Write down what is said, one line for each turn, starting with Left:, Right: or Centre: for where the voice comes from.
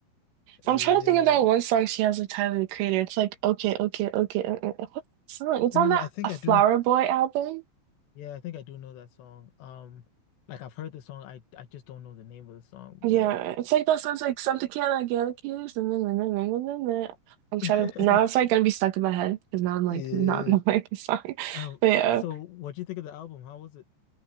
Left: Yeah.
Right: I'm trying to think of that one song she has with Tyler, the Creator. It's like, okay, okay, okay. uh, uh, uh, What's that song? It's
Left: Mm,
Right: on that
Left: I think
Right: A Flower
Left: I do.
Right: Boy album.
Left: Yeah, I think I do know that song. Um, like I've heard the song. I I just don't know the name of the song. But
Right: Yeah, it's like that sounds like something can I get accused? And then, and then, and then, then. I'm trying
Left: <laughs>
Right: to now it's like gonna be stuck in my head because now I'm
Left: Yeah.
Right: like not <laughs> knowing the song.
Left: um,
Right: But yeah.
Left: so what do you think of the album? How was it?